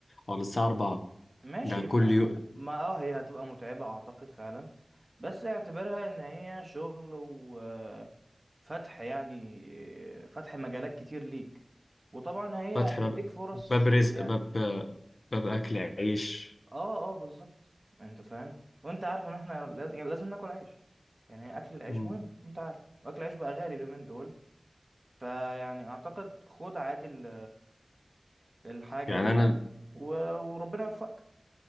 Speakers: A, on the left; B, on the right.
A: او للساعه 4
B: ماشي
A: ده كل
B: ما,
A: يوم
B: ما اه هي هتبقى متعبة اعتقد فعلا بس اعتبرها ان هي شغل وفتح يعني فتح مجالات كتير ليك وطبعا هي
A: فاتح
B: هتديك
A: باب
B: فرص
A: باب
B: شغل
A: رزق
B: يعني
A: باب باب اكل عيش
B: اه اه بالظبط انت فاهم وانت عارف ان احنا لازم, يعني لازم ناكل عيش يعني اكل العيش
A: مم.
B: مهم انت عارف واكل العيش بقى غالي اليومين دول فيعني اعتقد خد عادي ال- الحاجة
A: يعني
B: دي يعني
A: انا
B: و- وربنا يوفقك